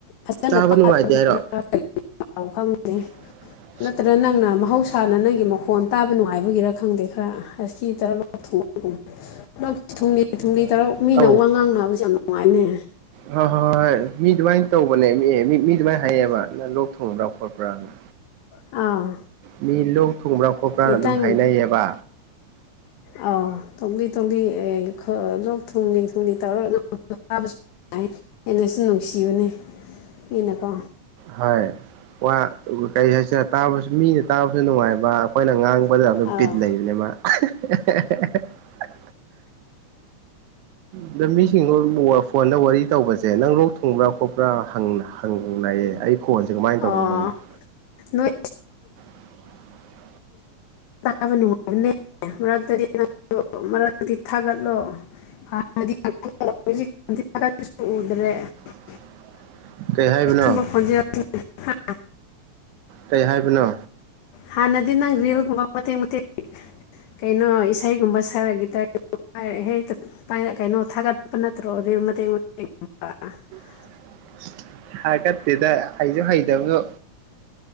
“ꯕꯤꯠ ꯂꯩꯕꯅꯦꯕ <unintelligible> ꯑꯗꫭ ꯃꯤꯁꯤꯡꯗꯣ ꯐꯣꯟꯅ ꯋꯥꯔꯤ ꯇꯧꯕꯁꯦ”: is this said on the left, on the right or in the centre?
Right